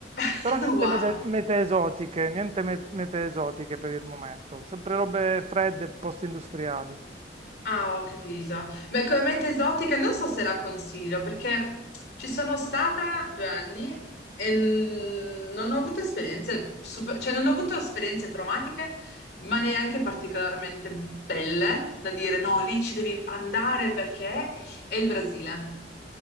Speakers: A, on the left; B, on the right.
A: <laughs>
B: Però niente
A: wow.
B: mese- mete esotiche, niente me- mete esotiche per il momento, sempre robe fredde, post-industriali.
A: Ah, ho capito. Beh, come meta esotica non so se la consiglio perché ci sono stata due anni e n- non ho avuto esperienze super, cioè non ho avuto esperienze traumatiche, ma neanche particolarmente belle da dire no,
B: Mm,
A: lì ci devi andare perché è il Brasile.